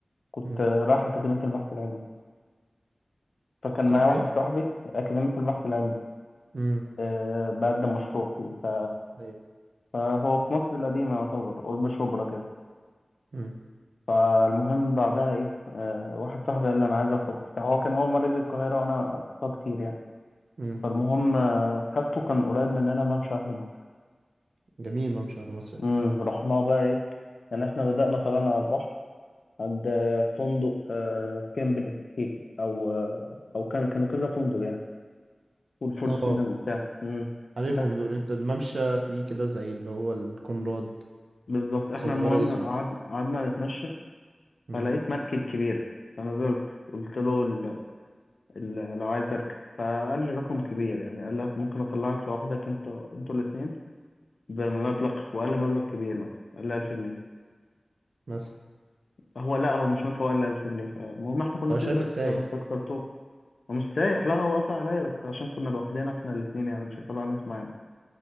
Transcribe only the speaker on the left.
كنت
آه، رايح اكاديميه البحث العلمي فكان
معايا
واحد صاحبي اكاديميه البحث العلمي
أه بقدم مشروع فيه ف...
فهو في مصر القديمه يعتبر قرب شبرا كده
فالمهم بعدها ايه أه واحد صاحبي قال لي انا عايز اخرج وبتاع هو كان اول مره يجي القاهره وانا قضيتها كتير يعني
فالمهم آه، خدته كان قريب مننا ممشى اهل مصر
امم رحنا بقى ايه يعني احنا بدأنا طلعنا على البحر عند آه، فندق آه، كامب كي او آه، او كان كانوا كذا فندق يعني والفور
سيزون وبتاع مم.
بس
بالظبط احنا
المهم
قعد... قعدنا نتمشى
فلقيت مركب كبيرة فنزلت قلت له ال... ال... لو عايز اركب فقال لي رقم كبير يعني قال لك ممكن اطلعك لوحدك انت انتوا الاثنين بمبلغ وقال لي مبلغ كبير مثلا قال لي 1000 جنيه
هو لا هو مش مثلا هو قال لي 1000 جنيه فالمهم احنا كنا
اثنين
بس
فانا استكترته ومش سايح لا هو قطع عليا بس عشان كنا لوحدنا احنا الاثنين يعني مش هيطلع ناس معانا